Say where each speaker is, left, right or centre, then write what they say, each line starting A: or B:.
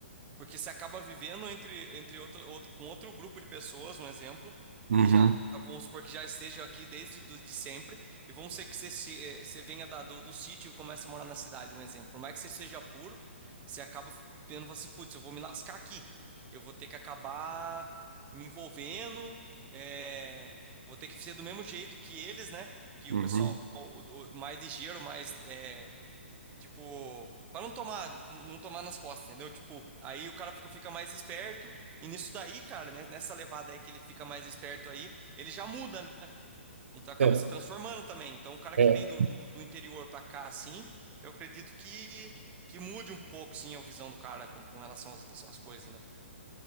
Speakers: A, on the right; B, on the right.
A: Porque você acaba vivendo entre, entre outro, outro- com outro grupo de pessoas, um exemplo,
B: Uhum,
A: que já, vamos supor, que já estejam aqui desde do, de sempre, e vamos ser que você, se- eh, você venha da, do, do sítio e comece a morar na cidade, um exemplo. Por mais que você seja puro, você acaba f- tendo, fala assim, putz, eu vou me lascar aqui. Eu vou ter que acabar me envolvendo, eh, vou ter que ser do mesmo jeito que eles, né? Que
B: uhum.
A: o pessoal o- o- mais ligeiro, mais eh, Tipo, pra não tomar, não tomar nas costas, entendeu? Tipo, aí o cara fica fica mais esperto, e nisso daí, cara, né, nessa levada aí que ele fica mais esperto aí, ele já muda, né? Então acaba
B: É,
A: se transformando também. Então o cara que
B: é.
A: vem do, do, do interior pra cá, assim, eu acredito que, que mude um pouco, sim, a visão do cara com, com relação às outras às coisas, né?